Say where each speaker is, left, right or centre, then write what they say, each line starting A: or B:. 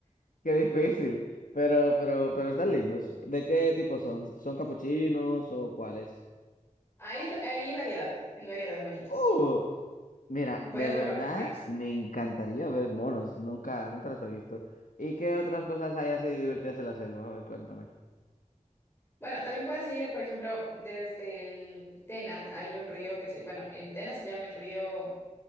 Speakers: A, on the left (about 80°); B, on the left (about 20°).
A: Qué difícil. Pero, pero, pero están lindos. ¿De qué tipo son? ¿Son capuchinos o cuáles?
B: Hay, dif- hay variedad, hay variedad de monitos.
A: Oh, mira,
B: Puedes
A: de verdad
B: ver va- varios.
A: me encantaría ver monos. Nunca, nunca los he visto. ¿Y qué otras cosas hay así divertidas en la selva? A ver, cuéntame.
B: Bueno, también puedes ir, por ejemplo, desde el Tena hay un río que se, bueno, en Tena se llama el río